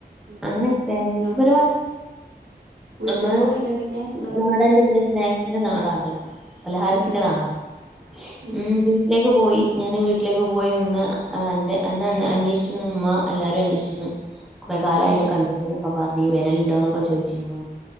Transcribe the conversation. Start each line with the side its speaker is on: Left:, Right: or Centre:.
Centre: അങ്ങനെ
Right: ഉം
Centre: സ്നാക്സ്
Right: നിങ്ങള്
Centre: പരമായ്
Right: വീട്ടിക്ക്
Centre: ഞമ്മളെ
Right: പോയിനോ പിന്നെ നിങ്ങളെ
Centre: നാടന്നെ
Right: വീട്ടിക്ക്
Centre: പിന്നെ
Right: പോയി
Centre: സ്നാക്സിന്റെ നാടാണല്ലോ പലഹാരത്തിന്റെ
Right: ആ
Centre: നാടാണ്
Right: ആ
Centre: ഉം വീട്ടിലേക്ക് പോയി ഞാന് വീട്ടിലേക്ക് പോയിനിന്ന് അഹ് അന്റെ അന്റന്നെ അന്വേഷിച്ചുമ്മ എല്ലാരും അന്വേഷിച്ചണ് കൊറെ കാലായ്ലെ
Right: ആ
Centre: കണ്ട്ട്ട്ന്നൊക്കെ പറഞ്ഞ് വെരലിണ്ടോന്നൊക്കെ ചോയ്ച്ചിഞ്ഞു